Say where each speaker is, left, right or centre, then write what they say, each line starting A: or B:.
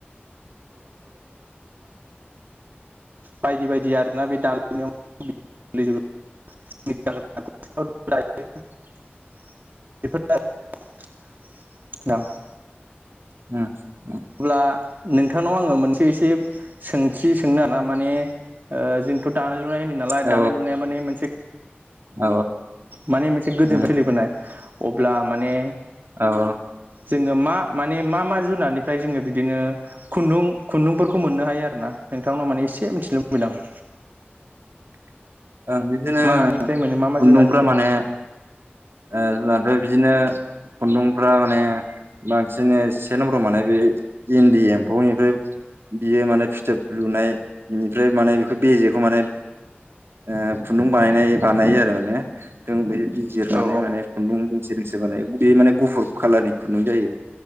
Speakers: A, on the right; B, on the right.
A: बायदि बायदि आरोना बे दानाय लुनायाव गोलैजोबो। <unintelligible> औ।
B: उम।
A: अब्ला नोंथांनाव आङो मोनसे जे सोंथि सोंनो आरोना माने ओ जोंथ' दानाय लुनाय होनदों नालाय
B: औ
A: दानाय लुनाया माने मोनसे
B: औ
A: माने मोनसे गोदोनिफ्राय
B: उम,
A: सोलिबोनाय। अब्ला माने
B: औ औ।
A: जोङो मा माने मा मा जुनारनि फ्राय जोङो बिदिनो खुन्दुं खुन्दुंफोरखौ मोननो हायो आरो ना? नोंथांनाव माने एसे मिथिनो लुबैदों आं।
B: <inaudible> ओ बिदिनो
A: मानिफ्राय मोनो मा मा
B: खुन्दुंफ्रा
A: जुनारनिफ्राय
B: माने ओ ओ बिदिनो खुन्दुंफ्रा माने बांसिन से नाम्बराव मानाय बे इन्दि एम्फौनिफ्राय बियो माने फिथोब लुनाय बेनिफ्राय माने बेखौ बेजेखौ माने ओ खुन्दुं बानायनाय बानायो आरो माने जों बै बिजिरनानै
A: औ
B: माने खुन्दुं निसो बानाय बे माने गुफुर कालारनि खुन्दुं जायो